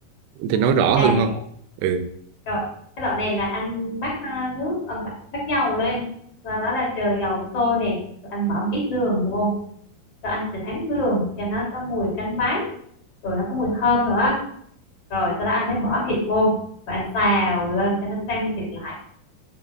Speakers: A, on the right (about 85°); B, on the left (about 35°).
A: thì nói rõ
B: à
A: hơn không
B: dạ
A: ừ
B: rồi cái đoạn này là anh bắt à, nước à, bắt, bắt dầu lên sau đó là chờ dầu sôi nè rồi anh bỏ một ít đường vô rồi anh sẽ thắng đường cho nó có mùi cánh váng rồi nó có mùi thơm nữa rồi sau đó anh mới bỏ thịt vô và anh xào lên cho nó săn thịt lại